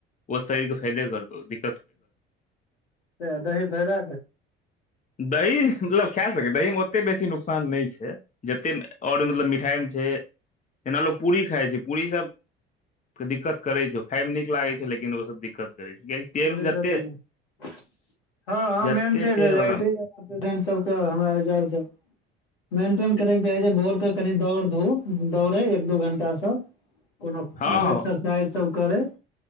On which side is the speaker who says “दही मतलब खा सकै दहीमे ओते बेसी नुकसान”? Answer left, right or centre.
Left